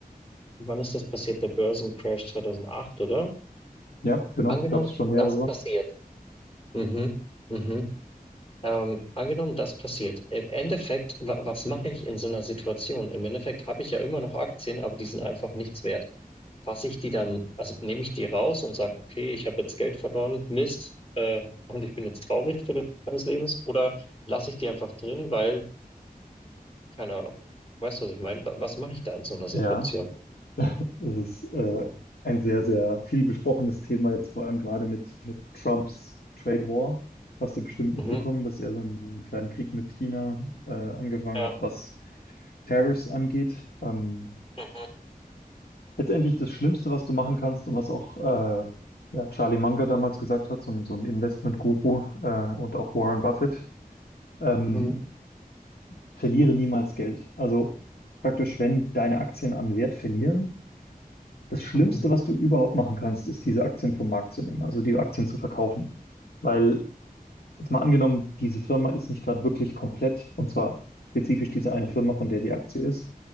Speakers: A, on the left; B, on the left.
A: Wann ist das passiert? Der Börsencrash 2008, oder?
B: Ja, genau,
A: Angenommen,
B: gab es schon mehrere.
A: das passiert. Mhm. Mhm. Ähm, angenommen, das passiert. Im Endeffekt, wa was mache ich in so einer Situation? Im Endeffekt habe ich ja immer noch Aktien, aber die sind einfach nichts wert. Fasse ich die dann, also nehme ich die raus und sage, okay, ich habe jetzt Geld verloren, Mist, äh, und ich bin jetzt traurig für den Rest meines Lebens, oder lasse ich die einfach drin, weil, keine Ahnung, weißt du, was ich meine? Wa was mache ich da in so einer Situation?
B: Ja, das ist äh, ein sehr, sehr viel besprochenes Thema jetzt, vor allem gerade mit, mit Trumps Trade War. Hast du bestimmt mitbekommen,
A: Mhm.
B: dass er so einen, einen kleinen Krieg mit China äh, angefangen
A: Ja.
B: hat, was Tariffs angeht. Ähm,
A: Mhm.
B: letztendlich das Schlimmste, was du machen kannst und was auch äh, ja, Charlie Munger damals gesagt hat, so, ein- so ein Investment-Guru äh, und auch Warren Buffett, ähm,
A: Mhm.
B: verliere niemals Geld. Also praktisch, wenn deine Aktien an Wert verlieren, das Schlimmste,
A: Mhm.
B: was du überhaupt machen kannst, ist, diese Aktien vom Markt zu nehmen, also die Aktien zu verkaufen. Weil, jetzt mal angenommen, diese Firma ist nicht gerade wirklich komplett, und zwar spezifisch diese eine Firma, von der die Aktie ist,